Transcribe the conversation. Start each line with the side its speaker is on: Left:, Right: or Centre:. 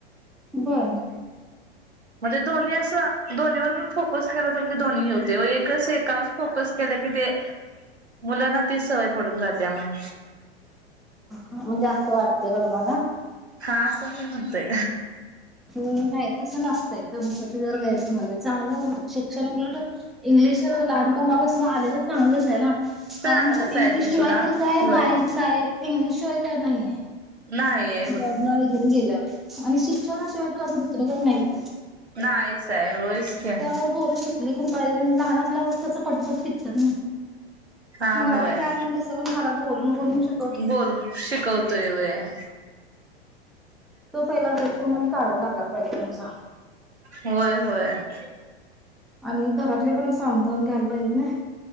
Centre: बरं! !
Right: म्हणजे दोन्ही असं, दोन्ही वर पण फोकस करत. मगतेदोन्ही होते. एक एक एकावरच फोकस केलं की, ते मुलांना तीच सवय पडून जातीया मग
Centre: म्हणजे असं वाटतेय का तुम्हाला?
Right: हा! आस मी म्हणतोय!
Centre: हम नाही तसं नसतंय! तुमच जर गैर जायायचं हाय! चांगलंय शिक्षण उलट इंग्लिश लहानपणापासून आलेल तर चांगलच आहे ना?
Right: चांगलंच
Centre: कारण इंग्लिशशिवाय
Right: आहे ते सोडा
Centre: तर काय?
Right: होय
Centre: बाहेर काय इंग्लिशशिवाय काय नाहीये?
Right: नाहीये! !
Centre: जॉबला वैगेरे गेलं, आणि शिक्षणाशिवाय तर आता दुसरं काही नाहीचये?
Right: नाहीचये. होयच की?
Centre: त्यामुळं पोर शिकली पण पाहिजे, लहान असल्यावर तस पटपट शिकतात नाही,
Right: हा
Centre: मराठी
Right: होय
Centre: काय आपण तसं पण घरात बोलून बोलून शिकतो.
Right: बोलून शिकवतोय होय! !
Centre: तो पहिला गैरसमन च तुम्हाला काढून टाकायला पाहिजे तुमचा!
Right: होय! होय! !
Centre: आणि घरातले पण समजून घ्यायला पाहिजेत ना?